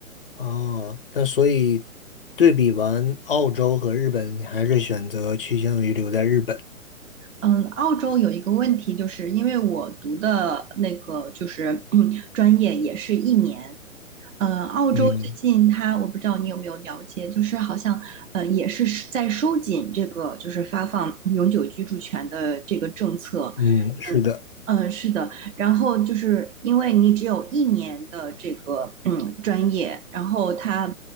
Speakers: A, on the left (about 40°); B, on the right (about 60°).
A: 哦，那所以对比完澳洲和日本，你还是选择趋向于留在日本。
B: 嗯，澳洲有一个问题，就是因为我读的那个就是 <clears throat> 嗯专业也是一年，嗯，澳洲最近它，
A: 嗯
B: 我不知道你有没有了解，就是好像呃也是是在收紧这个就是发放永久居住权的这个政策，
A: 嗯，是的。
B: 嗯嗯是的，然后就是因为你只有一年的这个嗯专业，然后它